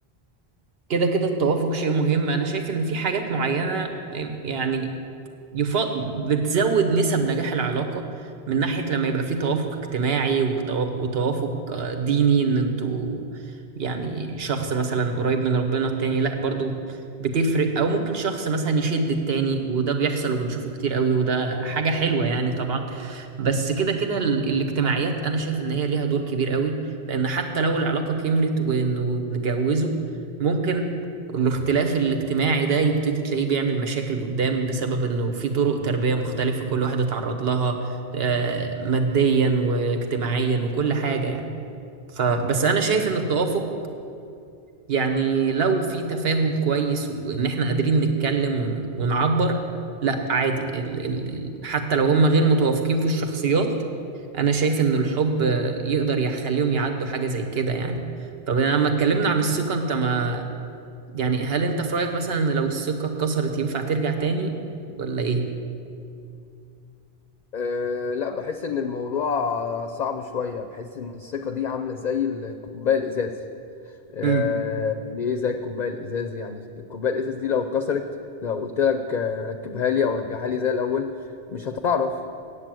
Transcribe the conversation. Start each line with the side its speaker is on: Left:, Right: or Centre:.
Right: كده كده التوافق شيء مهم انا شايف ان في حاجات معينة يعني يفض... بتزود نسب نجاح العلاقة من ناحية لما يبقى في توافق اجتماعي وكتو- وتوافق آه، ديني ان انتوا يعني شخص مثلا قريب من ربنا التاني لا برضو بتفرق او ممكن شخص مثلا يشد التاني وده بيحصل وبنشوفه كتير قوي وده حاجة حلوة يعني طبعا بس كده كده ال... الاجتماعيات انا شايف ان هي ليها دور كبير قوي لان حتى لو العلاقة كملت وانه نتجوزوا ممكن الاختلاف الاجتماعي ده يبتدي تلاقيه بيعمل مشاكل قدام بسبب انه في طرق تربية مختلفة كل واحد اتعرض لها آه، ماديا واجتماعيا وكل حاجة يعني فبس انا شايف ان التوافق يعني لو في تفاهم كويس وان احنا قادرين نتكلم ون- ونعبر لا عادي ال ال ال حتى لو هم غير متوافقين في الشخصيات انا شايف ان الحب آه، يقدر يخليهم يعدوا حاجة زي كده يعني طب لما اتكلمنا عن الثقة انت ما يعني هل انت في رأيك مثلا ان لو الثقة اتكسرت ينفع ترجع تاني ولا ايه؟
Left: أه لا بحس ان الموضوع صعب شوية بحس ان الثقة دي عاملة زي الكوباية الازاز آه،
Right: امم
Left: يعني ايه زي الكوباية الإزاز يعني الكوباية الإزاز دي لو اتكسرت لو قلت لك آه، ركبها لي أو رجعها لي زي الأول مش هتعرف